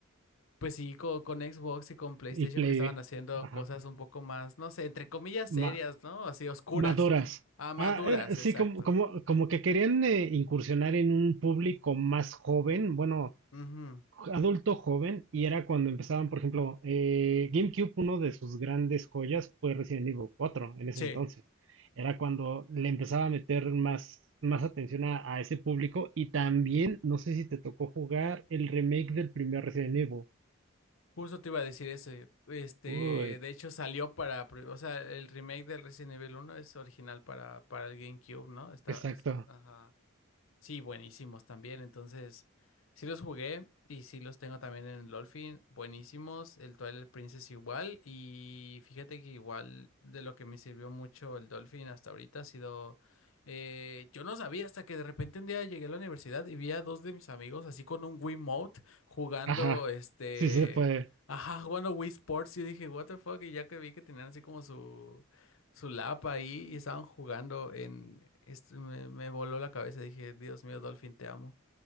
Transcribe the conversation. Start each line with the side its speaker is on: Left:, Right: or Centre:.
Left: pues sí, con, con Xbox y con PlayStation
Right: Y Play.
Left: que estaban haciendo
Right: Ajá.
Left: cosas un poco más, no sé, entre comillas
Right: Ma-
Left: serias, ¿no? Así oscuras.
Right: Maduras.
Left: Ah, maduras,
Right: Ah, era- sí,
Left: exacto.
Right: como, como, como que querían eh, incursionar en un público más joven, bueno,
Left: Ujú.
Right: adulto joven, y era cuando empezaban, por ejemplo, eh, GameCube, uno de sus grandes joyas fue Resident Evil 4 en ese
Left: Sí,
Right: entonces. Era cuando le empezaba a meter más, más atención a, a ese público, y también, no sé si te tocó jugar el remake del primer Resident Evil.
Left: justo te iba a decir eso. Este,
Right: Uy,
Left: de hecho salió para, pri- o sea, el remake del Resident Evil uno es original para, para el GameCube, ¿no? Estaba,
Right: exacto.
Left: es, ajá. Sí, buenísimos también. Entonces, sí los jugué y sí los tengo también en el Dolphin. Buenísimos. El Twilight Princess igual. Y fíjate que igual de lo que me sirvió mucho el Dolphin hasta ahorita ha sido... eh, yo no sabía hasta que de repente un día llegué a la universidad y vi a dos de mis amigos así con un Wiimote jugando
Right: Ajá,
Left: este...
Right: sí se puede.
Left: Ajá, jugando Wii Sports. Y dije, what the fuck. Y ya que vi que tenían así como su su lap ahí y estaban jugando en... esto me, me voló la cabeza, dije, Dios mío, Dolphin, te amo.